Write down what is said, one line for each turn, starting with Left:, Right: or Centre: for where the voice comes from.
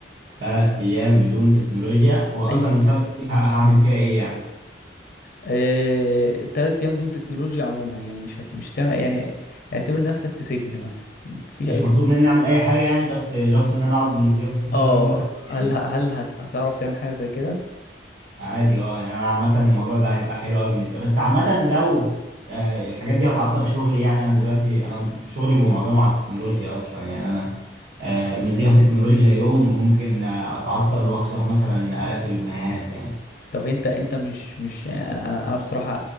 Right: ثلاث ايام بدون تكنولوجيا واصلا
Left: اي
Right: المسابقة دي ه- هعمل فيها ايه يعني
Left: آه، تلات أيام دون تكنولوجيا عموما يعني مش هت... مش هتعمل يعني اعتبر نفسك في سجن مثلا مفيش
Right: مش
Left: أي تكنولوجيا
Right: مطلوب مني اعمل اي حاجه يعني بس جاست ان انا اقعد من غير تكنولوجيا
Left: اه
Right: لمده تلات
Left: هل
Right: ايام
Left: ه- هل هت... هتعرف تعمل حاجة زي كده؟
Right: عادي اه يعني انا عامه الموضوع ده هيبقى حلو قوي بالنسبه لي. بس عامه لو آه، الحاجات دي هتعطل شغلي يعني انا دلوقتي انا شغلي معظمه على التكنولوجيا اصلا يعني انا آه، من غير تكنولوجيا يوم ممكن آه، اتعطل واخسر مثلا الاف الجنيهات يعني
Left: طب انت انت مش مش يعني انا انا انا بصراحة